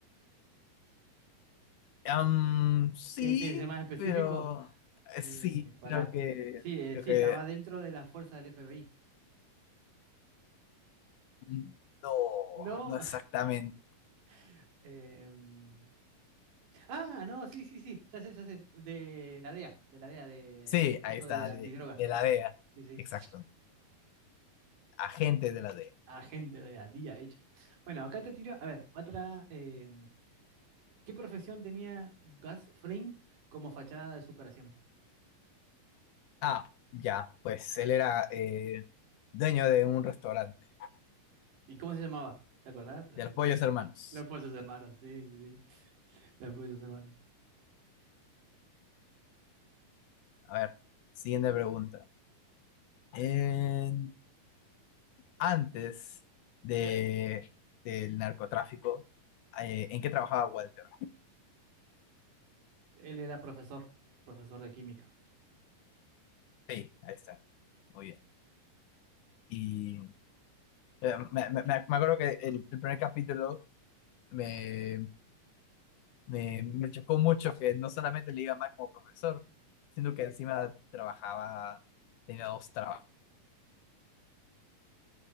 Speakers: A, on the left; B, on the right.
A: Am, sí,
B: ¿Qué tiene que ser más específico?
A: pero eh,
B: Eh,
A: sí,
B: pará.
A: creo que,
B: Sí, eh,
A: creo
B: sí,
A: que
B: estaba dentro de la fuerza del FBI.
A: mm, no,
B: No.
A: no exactamente.
B: <laughs> em, ah, no, sí, sí, sí, ya sé, ya sé, de la DEA, de la DEA, de
A: Sí,
B: coso
A: ahí está,
B: de antidrogas,
A: de, de
B: ajá,
A: la DEA,
B: sí, sí.
A: exacto. agente de la DEA.
B: Agente de la DIA hecha. Bueno, acá te tiro, a ver, otra. eh, ¿qué profesión tenía Gus Fring como fachada de superación?
A: Ah, ya, pues él era eh, dueño de un restaurante,
B: ¿Y cómo se llamaba? ¿Te acordás?
A: de los Pollos Hermanos.
B: Los sus hermanos, sí, sí, sí. Los sus hermanos.
A: A ver, siguiente pregunta. En- antes de, del narcotráfico, eh, ¿en qué trabajaba Walter?
B: Él era profesor, profesor de química.
A: Sí, ahí está, muy bien. Y eh, me, me- me- me acuerdo que el, el primer capítulo me, me, me chocó mucho que no solamente le iba mal como profesor, sino que encima trabajaba, tenía dos trabajos.